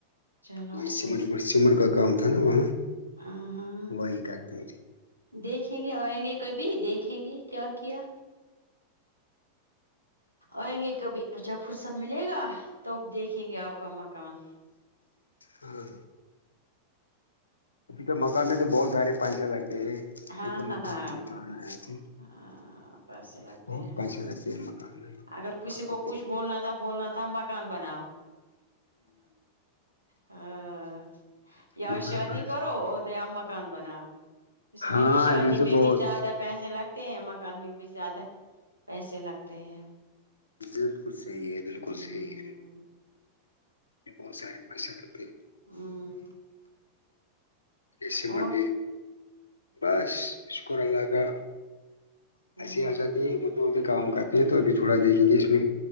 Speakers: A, on the right (about 90°); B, on the left (about 75°).
A: چلو
B: یہ
A: اچھا
B: س سمٹ کا کام تھا نا وہاں
A: آ ہاں
B: وہی کرتے ہیں
A: دیکھیں گے آئیں گے کبھی دیکھیں گے کیا کیا آئیں گے کبھی جب فرصت ملے گا تب دیکھیں گے آپ کا مکان
B: ہاں ہاں ابھی تو مکان میں تو بہت سارے پنچے لگتے ہیں
A: ہاں
B: یہ تو
A: ہاں
B: مکان
A: ہاں
B: کو نہیں بنانا ہے کہ
A: ہاں پیسے لگتے
B: بہت
A: ہیں
B: پیسے لگتے ہیں مکان میں م
A: اگر کسی کو کچھ بولنا تھا بولنا تھا مکان بناؤ ہ یاار
B: مکان
A: شادی
B: کا
A: کرو اور نیا مکان بنا اس
B: ہاں
A: میں بھی شادی
B: ایم ایس
A: میں
B: بہت
A: بھی زیادہ پیسے لگتے ہیں مکان میں بھی زیادہ پیسے لگتے ہیں
B: بالکل صحی ہے بالکل
A: ہمم
B: صحیح ہے بہت سارے پاش کرتے ہیں
A: <unintelligible> <inaudible>
B: ج س مندی
A: اور
B: بس اسک ع الگہ
A: ہمم
B: ایسیے آ جاتی ہیں دور کام کرتے ہیں تو ابھی تھوڑا دیکھیں گے اس میں